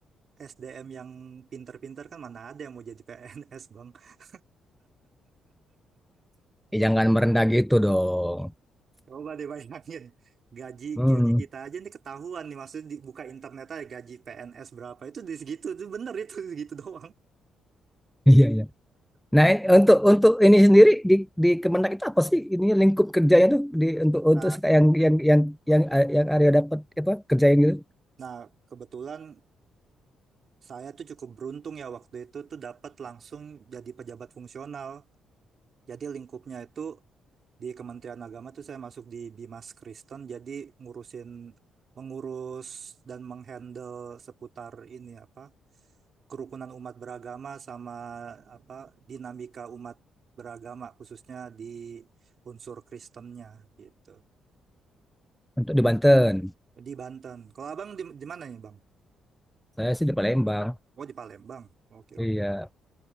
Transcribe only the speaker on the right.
SDM yang pinter-pinter kan mana ada yang mau jadi PNS, Bang. <laughs>
Coba deh bayangin, gaji
gaji kita aja nih ketahuan nih, maksudnya dibuka internet aja gaji PNS berapa, itu di segitu, itu bener itu <laughs> segitu doang.
Nah,
nah kebetulan saya tuh cukup beruntung ya waktu itu tuh dapat langsung jadi pejabat fungsional. Jadi lingkupnya itu di Kementerian Agama tuh saya masuk di Bimas Kristen jadi ngurusin mengurus dan menghandle seputar ini apa kerukunan umat beragama sama apa dinamika umat beragama khususnya di unsur Kristennya gitu.
Di Banten. Kalau Abang di, di mana nih, Bang?
Oh, di Palembang. Oke,
oke.